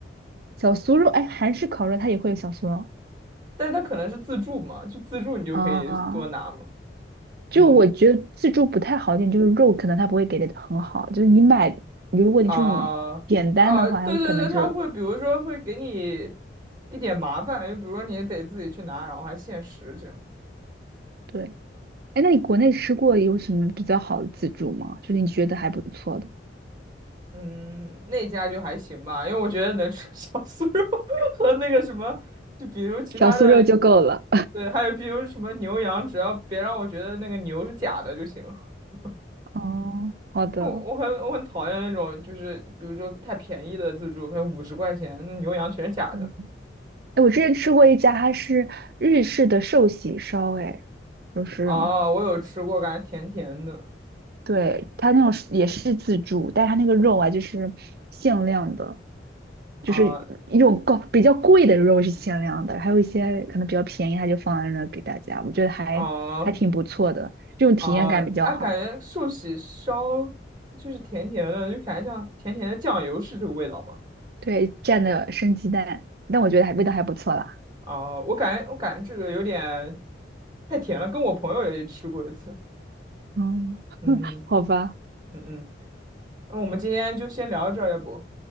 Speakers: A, on the right; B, on the right.
A: 小酥肉，哎，韩式烤肉它也会有小酥肉
B: 但是它可能是自助嘛，就自助你就可以多拿嘛。
A: 啊。就我觉得自助不太好一点，
B: 嗯嗯
A: 就是肉可能它不会给的很好，就是你买，如果你是那种简单的话，
B: 啊啊，对对对，
A: 我可能就
B: 他会比如说会给你一点麻烦，就比如说你得自己去拿，然后还限时这样。
A: 对。哎，那你国内吃过有什么比较好的自助吗？就是你觉得还不错的。
B: 嗯，那家就还行吧，因为我觉得能吃 <laughs> 小酥肉和那个什么，就比如其他的，
A: 小酥肉就够了。
B: 对，还有比如什么牛羊，只要别让我觉得那个牛是假的就行。<laughs>
A: <laughs> 哦，好的。
B: 我我很我很讨厌那种，就是比如说太便宜的自助，可能五十块钱，那牛羊全是假的。
A: 嗯，哎，我之前吃过一家，它是日式的寿喜烧，哎，就是
B: 哦，我有吃过，感觉甜甜的。
A: 对它那种是也是自助，但是它那个肉啊，就是限量的，就是一种高比较贵的肉是限量的，
B: 啊
A: 还有一些可能比较便宜，它就放在那给大家，我觉得还还挺不错的，
B: 啊
A: 这种体验感比较好。
B: 啊！哎，感觉寿喜烧就是甜甜的，就感觉像甜甜的酱油，是这个味道吗？
A: 对，蘸的生鸡蛋，但我觉得还味道还不错啦。
B: 啊，我感觉我感觉这个有点太甜了，跟我朋友也吃过一次。
A: 嗯，
B: 嗯
A: 好吧，
B: 嗯嗯，那我们今天就先聊到这儿，要不，